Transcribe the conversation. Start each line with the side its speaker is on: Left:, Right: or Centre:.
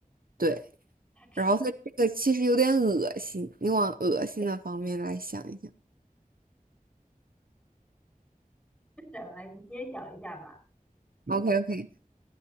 Right: 对，
Centre: 他吃是
Right: 然后它这个其实有点恶心，你往恶心的方面来想一想。
Centre: 什么？你揭晓一下吧。
Right: OK OK，